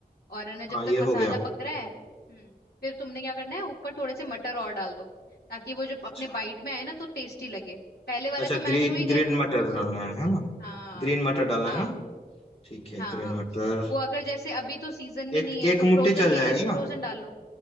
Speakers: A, on the left (about 75°); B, on the left (about 35°).
A: और है ना जब
B: हाँ
A: तक
B: ये
A: मसाला
B: हो गया
A: पक रहा है हम्म फिर तुमने क्या करना है ऊपर थोड़े से मटर और डाल दो ताकि वो जब
B: अच्छा
A: अपने बाइट में आए ना तो टेस्टी लगे पहले वाले
B: अच्छा
A: तो मैश
B: ग्रीन
A: हो ही गए
B: ग्रीन मटर डालना है है ना
A: हाँ
B: ग्रीन मटर डालना
A: हाँ
B: है ना ठीक है
A: हाँ
B: ग्रीन
A: हाँ
B: मटर
A: वो अगर जैसे अभी तो सीजन में
B: एक
A: नहीं है
B: एक
A: तो
B: मुट्ठी
A: फ्रोजन
B: चल
A: मिलेंगे
B: जाएगा
A: फ्रोजन
B: ना
A: डालो